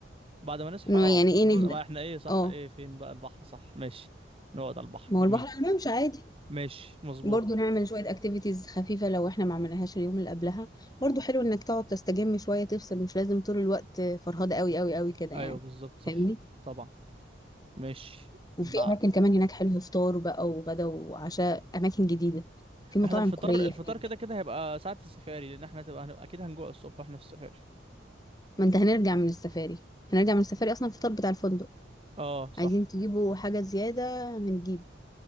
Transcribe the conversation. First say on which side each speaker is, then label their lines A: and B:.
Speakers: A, on the right; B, on the left.
A: بعد ما نصحى
B: إنه
A: اه
B: يعني ايه
A: نقعد
B: نهدى
A: ما احنا ايه صح
B: اه
A: ايه فين بقى البحر صح ماشي نقعد على البحر
B: ما
A: جميل
B: هو البحر على الممشى عادي
A: ماشي مظبوط
B: برضو نعمل شوية اكتيفيتيز خفيفة لو احنا ما عملناهاش اليوم اللي قبلها برضو حلو انك تقعد تستجم شوية تفصل مش لازم طول الوقت فرهدة قوي قوي قوي كده
A: ايوه
B: يعني
A: بالظبط صح
B: فاهمني
A: طبعا ماشي
B: وفي
A: بع-
B: اماكن كمان هناك حلوه فطار بقى وغدا وعشاء اماكن جديده في مطاعم
A: احنا الفطار
B: كوريه
A: الفطار
B: هناك
A: كده كده هيبقى ساعة السفاري لان احنا هتبقى هنبقى اكيد هنجوع الصبح واحنا في السفاري
B: ما انت هنرجع من السفاري هنرجع من السفاري اصلا الفطار بتاع الفندق
A: اه صح
B: عايزين تجيبوا حاجه زياده هنجيب